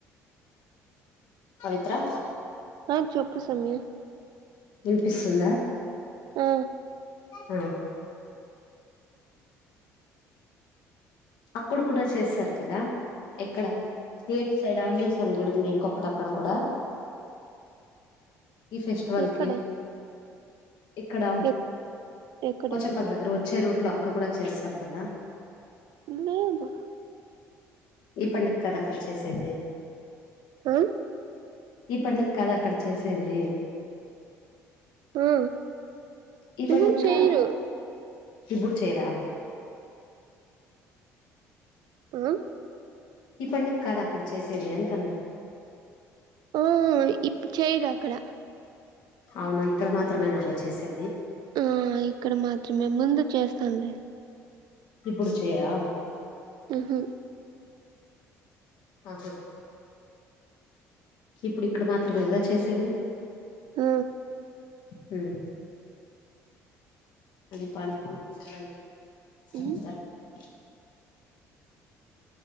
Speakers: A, on the left; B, on the right.
A: పవిత్ర
B: ఆ చెప్పు సమ్య
A: వినిపిస్తుందా
B: ఆ
A: ఆ అక్కడు కూడా చేసారు కదా ఎక్కడ ఏట్ సైడ్ ఆంజినేయస్వామి గుడి ఉంది ఇంకొకటి అక్కడ కూడా ఈ ఫెస్టివల్కి
B: ఎక్కడ
A: ఇక్కడ
B: ఎ ఎక్కడ
A: పోచంపల్లి దగ్గర వచ్చే రూట్లో అక్కడ కూడా చేస్తార్ కదా
B: లేదు
A: ఈ పండగ్ కాద్ అక్కడ చేసేది.
B: ఆ
A: ఈ పండగ కాద్ అక్కడ చేసేది.
B: ఆ
A: ఈ పండక్క
B: ఉహు చేయరు
A: ఇప్పుడ్ చేయరా
B: ఆ
A: ఈ పండగ కాద అక్కడ చేసేది అంటన్న
B: ఆ ఇప్ చేయర్ అక్కడ
A: అవునా ఇక్కడ మాత్రమేనా అలా చేసే
B: ఆ ఇక్కడ మాత్రమే ముందు చేస్తుండే
A: ఇప్పుడు చేయరా
B: మ్ హ్
A: అహ ఇప్పుడు ఇక్కడ మాత్రమే గదా చేసేది.
B: ఆ
A: హ్ అది <unintelligible>
B: ఉమ్